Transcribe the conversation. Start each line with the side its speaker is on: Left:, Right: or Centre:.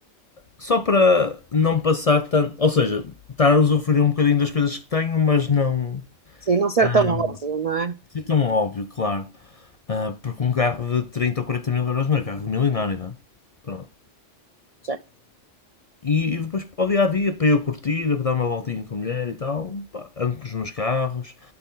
Left: Só para não passar tanto. Ou seja, estar a usufruir um bocadinho das coisas que tenho, mas não.
Right: Sim, não ser
Left: ah,
Right: tão modo, não é?
Left: que é tão óbvio, claro. Ah, porque um carro de 30 ou 40 mil euros não é carro milionário, não é? Pronto.
Right: Sim.
Left: E, e depois para o dia a dia, para eu curtir, para dar uma voltinha com a mulher e tal, pá, ando com os meus carros,